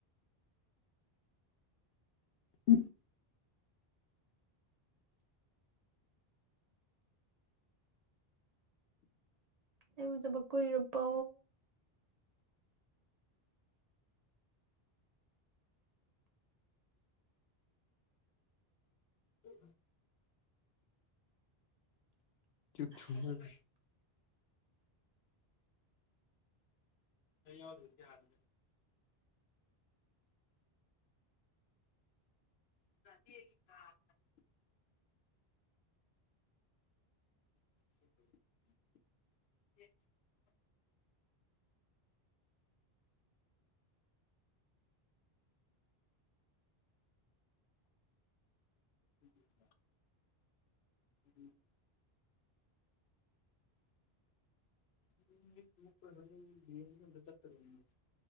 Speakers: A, on the left (about 75°); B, on the right (about 50°).
A: ꯎꯝ
B: ꯏꯕꯨꯗꯕꯛ ꯀꯣꯏꯔꯔꯕ
A: ꯎꯝ ꯇꯨ
B: ꯑꯁ
A: ꯊꯨꯡꯍꯣꯏꯕ ꯀ ꯑꯣ ꯀꯌꯥꯔꯗꯦ <inaudible> <inaudible> <unintelligible> ꯎꯝ ꯎꯝ <unintelligible>